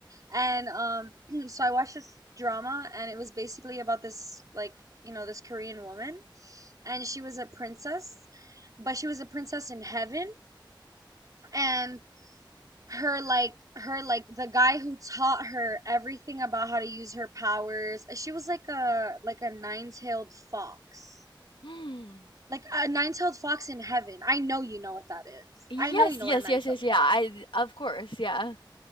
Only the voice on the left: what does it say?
<gasps> Hmm.
Yes,
yes,
yes, yes, yeah.
I of course, yeah.